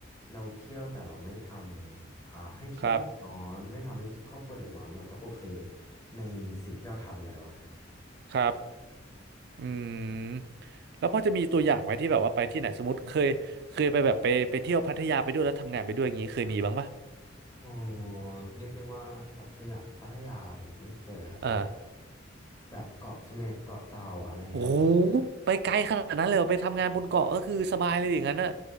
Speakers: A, on the left; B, on the right.
A: เราเที่ยวแต่เราไม่ทำอ่าให้ที่บ้านเดือดร้อนไม่ทำให้ครอบครัวเดือดร้อนเราก็โอเค
B: ครับ
A: ในสิ่งที่เราทำแล้วอะครับ
B: ครับอืมแล้วพอจะมีตัวอย่างไหมที่แบบว่าไปที่ไหนสมมติเคยเคยไปแบบไปไปเที่ยวพัทยาไปด้วยแล้วทำงานไปด้วยอย่างนี้เคยมีบ้างปะ
A: อ๋อเรียกได้ว่าพัทยาพัทยาผมไม่เคยครับแต่ว่า
B: เออ
A: แบบเกาะเสม็ดเกาะเต่าอะไรเงี้ย
B: โอ้โหไปไกลขนาดนั้นเลยเหรอไปทำงานบนเกาะก็คือสบายเลยอย่างนั้นนะ